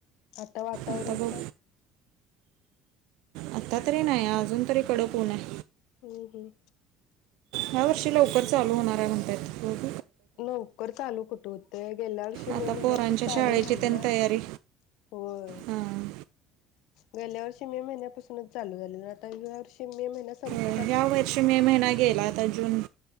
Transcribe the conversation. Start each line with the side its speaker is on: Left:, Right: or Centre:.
Left: आता वातावरण
Right: आता बघ
Left: काय
Right: आता तरी नाही अजून तरी कडकऊण आहे
Left: हम् हम्
Right: या्या वर्षी लवकर चालू होणार आहे म्हणतायेत
Left: नवकर चालू कुठ होते गेल्या वर्षी
Right: आता
Left: मे महिन्यात
Right: पोरांच्या
Left: चालू
Right: शाळेची
Left: झालेलं
Right: त्यान तयारी
Left: होय
Right: हां
Left: गेल्या वर्षी मे महिन्यापासूनच चालू झाले आता या वर्षी मे महिन्या संप
Right: ह्या वर्षी मे महिना गेला आता जून